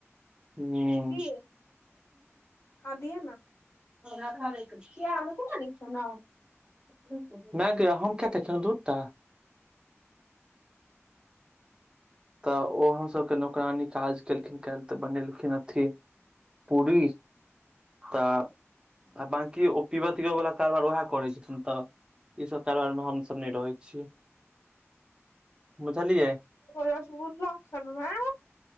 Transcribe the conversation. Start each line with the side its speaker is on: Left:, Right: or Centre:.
Right: ह्म
Left: की हँ दिय ने
Right: <unintelligible>
Left: किया हमे कोना नीक सुनब
Right: <unintelligible> तऽ ओ सबके नौकरानी काज केलखिन के तऽ बनेलखिन अथि पूरी तऽ आ बांकी ओ पीबऽ तीबऽ वाला कारबार उएह करै छथिन तऽ ई सब कारबार मे हमसभ नहि रहै छीयै बुझलियै
Left: रसगुल्ला खेलहुंँ य